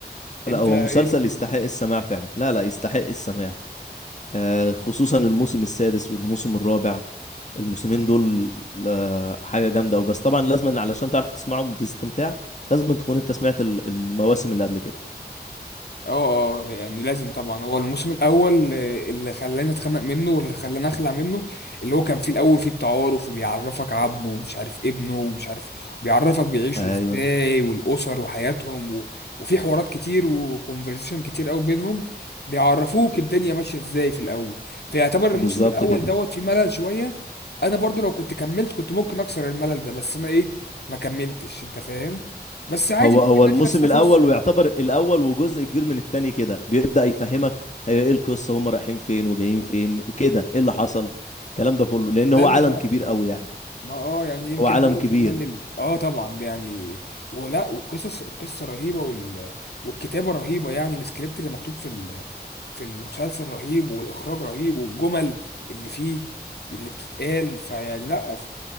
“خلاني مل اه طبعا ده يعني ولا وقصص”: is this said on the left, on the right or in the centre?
Left